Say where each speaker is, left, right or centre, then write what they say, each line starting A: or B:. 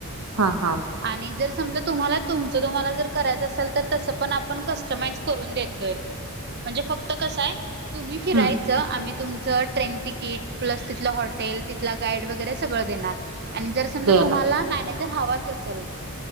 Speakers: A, on the right; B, on the right.
A: हा, हा.
B: आणि जर समजा तुम्हाला, तुमच तुम्हाला जर करायचं असेल तर तसं पण आपण कस्टमाइज करून देतोय.
A: <unintelligible>
B: म्हणजे फक्त कसंय आहे, तुम्ही फिरायचं
A: हम्म
B: आम्ही तुमचं ट्रेन तिकीट प्लस तिथलं हॉ तेल तिथला गाईड वगैरे सगळं देणार आणि जर समजा
A: दे
B: तुम्हाला
A: ना
B: मॅनेज हवाच असल.